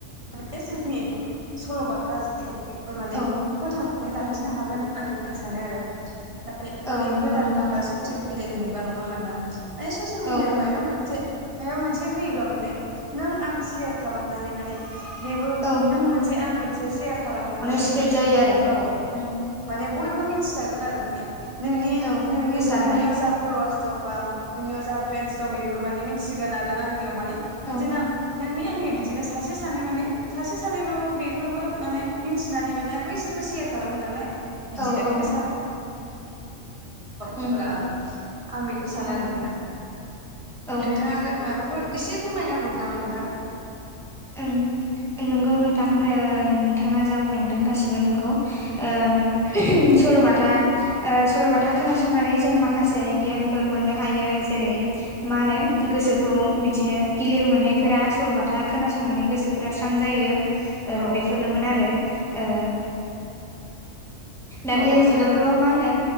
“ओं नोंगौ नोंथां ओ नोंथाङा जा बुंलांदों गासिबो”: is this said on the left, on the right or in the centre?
Centre